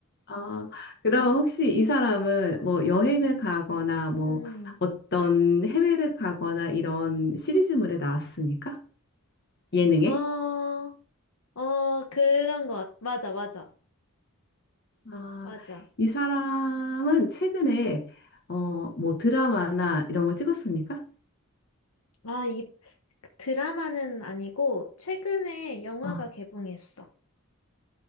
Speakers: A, on the left (about 50°); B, on the left (about 80°).
A: 아, 그럼 혹시 이 사람은 뭐 여행을 가거나 뭐
B: 음,
A: 어떤 해외를 가거나 이런 시리즈물에 나왔습니까? 예능에?
B: 어, 어, 그런 것 같, 맞아, 맞아,
A: 아,
B: 맞아.
A: 이 사람은 최근에 어, 뭐 드라마나 이런 걸 찍었습니까?
B: 아, 이 드라마는 아니고, 최근에 영화가
A: 어,
B: 개봉했어.